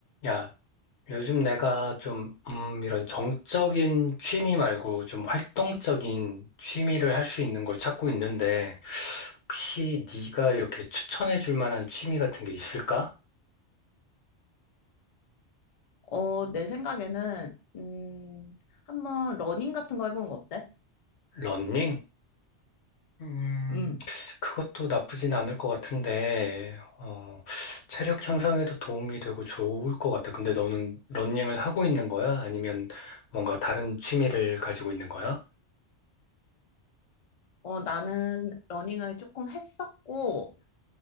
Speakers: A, on the left (about 65°); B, on the left (about 45°).
A: 야, 요즘 내가 좀, 음, 이런 정적인 취미 말고 좀 활동적인 취미를 할 수 있는 걸 찾고 있는데, 혹시 네가 이렇게 추천해 줄 만한 취미 같은 게 있을까?
B: 어, 내 생각에는, 음, 한번 러닝 같은 거 해보는 거 어때?
A: 러닝? 음,
B: 음.
A: 그것도 나쁘진 않을 것 같은데, 어, 체력 향상에도 도움이 되고 좋을 것 같아. 근데 너는 러닝을 하고 있는 거야? 아니면 뭔가 다른 취미를 가지고 있는 거야?
B: 어, 나는 러닝을 조금 했었고,